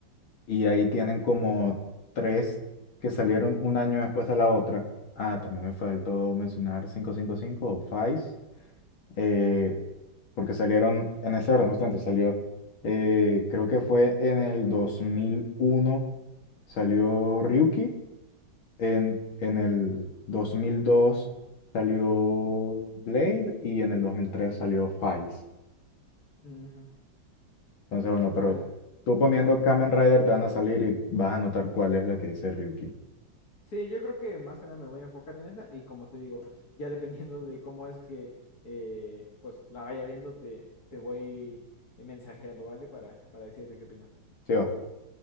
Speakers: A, on the left (about 80°); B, on the left (about 50°).
A: y ahí tienen como tres que salieron un año después de la otra. Ah, también me faltó mencionar quinientos cincuenta y cinco o Vice, eh, porque salieron en ese orden, justamente salió, eh, creo que fue en el dos mil uno salió Ryuki, en, en el 2002 salió Blade y en el 2003 salió Vice.
B: Ujú.
A: Entonces, bueno,
B: Vale,
A: pero tú poniendo
B: sí.
A: Kamen Rider te van a salir y vas a notar cuál es la que dice Ryuki.
B: Sí, yo creo que más que nada me voy a enfocar en esa y como te digo, ya dependiendo de cómo es que eh, pues la vaya viendo, te, te voy eh, mensajeando, ¿vale? Para, para decirte qué opino.
A: Sí va.